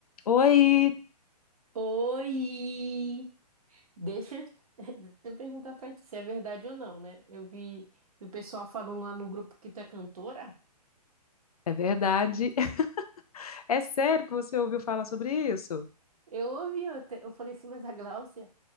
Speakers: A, on the left; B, on the right.
A: Oi,
B: Oi! Deixa, <laughs> deixa eu perguntar pra ti se é verdade ou não, né? Eu vi o pessoal falando lá no grupo que tu é cantora.
A: é verdade. <laughs> É sério que você ouviu falar sobre isso?
B: Eu ouvi, eu, até- eu falei assim, mas a Gláucia?